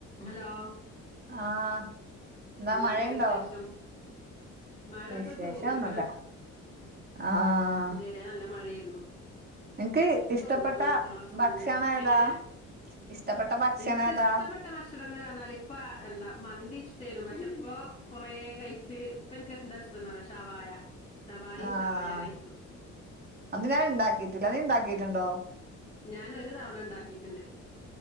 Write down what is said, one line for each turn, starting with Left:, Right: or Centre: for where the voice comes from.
Left: Hello
Right: ആഹ് എന്താ
Left: എന്തൊക്കെ
Right: മഴയുണ്ടോ
Left: വിശേഷം മഴപ്പൊ
Right: വിശേഷൊന്നുല്ല
Left: ചോർന്ന്ക്ക്ണ്
Right: ആഹ്
Left: ഇത് വരെ നല്ല മഴേയിര്ന്നു
Right: നിനക്ക്
Left: ഇപ്പം
Right: ഇഷ്ടപ്പെട്ട
Left: ചോർന്ന്ക്ക്ണ് കുട്ട്യാളൊക്കെ
Right: ഭക്ഷണം
Left: വന്ന്
Right: ഏതാ
Left: എങ്ങനെ
Right: ഇഷ്ടപ്പെട്ട ഭക്ഷണം
Left: ഇന്ക്കിഷ്ടപ്പെട്ട
Right: ഏതാ
Left: ഭക്ഷണം എന്ന് പറഞ്ഞാൽ ഇപ്പം എന്താ മന്തി ഇഷ് ട്ടേനു പക്ഷെ ഇപ്പൊ കൊറേ കഴിച്ച് ഇപ്പം എനിക്കെന്താഷ്ടാന്നറിയോ ഷവായ ഷവായിം
Right: ആഹ്
Left: ഷവായ റൈസും
Right: അത് ഞാൻ ഇണ്ടാക്കിട്ടില്ല നീ ഇണ്ടാക്കിട്ടുണ്ടോ
Left: ഞാനൊരു തവണണ്ടാക്കിട്ട്ണ്ട്